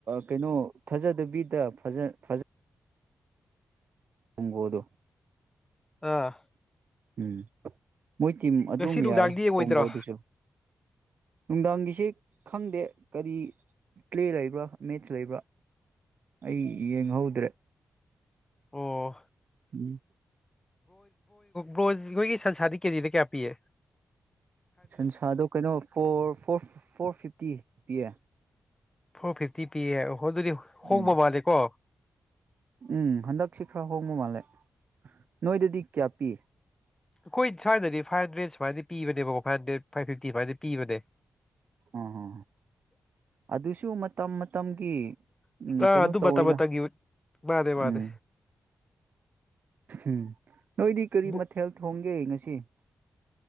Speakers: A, on the right; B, on the left.
A: ꯀꯩꯅꯣ ꯐꯖꯗꯕꯤꯗ ꯐꯖ ꯐꯖ ꯇꯒꯣꯗꯨꯣ
B: ꯑꯥ
A: ꯎꯝ ꯃꯣꯏ ꯇꯤꯝ ꯑꯗꯨꯝ
B: ꯉꯁꯤ ꯅꯨꯡꯗꯥꯡꯗꯤ
A: ꯌꯥꯏ
B: ꯌꯦꯡꯉꯣꯏꯗ꯭ꯔꯣ
A: ꯀꯣꯡꯒꯣꯗꯨꯁꯨ ꯅꯨꯡꯗꯥꯡꯒꯤꯁꯦ ꯈꯪꯗꯦ ꯀꯔꯤ ꯄ꯭ꯂꯦ ꯂꯩꯕ꯭ꯔꯥ ꯃꯦꯠꯆ ꯂꯩꯕ꯭ꯔꯥ ꯑꯩ ꯌꯦꯡꯍꯧꯗ꯭ꯔꯦ
B: ꯑꯣ
A: ꯎꯝ
B: ꯔꯣ ꯑꯣꯏꯒꯤꯁ ꯁꯥꯗꯤ ꯀꯦ ꯔꯦ ꯀꯌꯥ ꯄꯤꯦ
A: ꯁꯟꯁꯥꯗꯣ ꯀꯩꯅꯣ four four four fifty ꯄꯌꯥ
B: ꯐꯣꯔ ꯐꯤꯐꯇꯤ ꯄꯤ ꯍ ꯑꯗꯨꯗꯤ ꯍꯣꯡꯕ
A: ꯎꯝ
B: ꯃꯥꯂꯦꯀꯣ
A: ꯎꯝ ꯍꯟꯗꯛꯁꯤ ꯈꯔ ꯍꯣꯡꯕ ꯃꯥꯜꯂꯦ ꯅꯣꯏꯗꯗꯤ ꯀꯌꯥ ꯄꯤ
B: ꯑꯩꯈꯣꯏ ꯁ꯭ꯋꯥꯏꯗ ꯐꯥꯏꯚꯟꯗ꯭ꯔꯦꯠ ꯁꯨꯃꯥꯏꯅ ꯄꯤꯕꯅꯦꯕꯀꯣ ꯐꯥꯏꯚꯟ꯭ꯔꯦ ꯐꯥꯏꯚ ꯐꯤꯞꯇꯤ ꯁꯨꯃꯥꯏꯅ ꯄꯤꯕꯅꯦ
A: ꯑ ꯍ ꯑꯗꯨꯁꯨ ꯃ ꯇ ꯃꯇꯝꯒꯤ ꯎꯝ
B: ꯑꯥ
A: ꯀꯩꯅꯣ
B: ꯑꯗꯨ
A: ꯇꯧꯋꯦꯗ
B: ꯃꯇꯝ ꯃꯇꯝꯒꯤ ꯃꯥꯅꯦ ꯃꯥꯅꯦ
A: ꯎꯝ ꯎꯝ ꯅꯣꯏꯗꯤ ꯀꯔꯤ
B: ꯕ꯭ꯔꯣ
A: ꯃꯊꯦꯜ ꯊꯣꯡꯒꯦ ꯉꯁꯤ ꯀ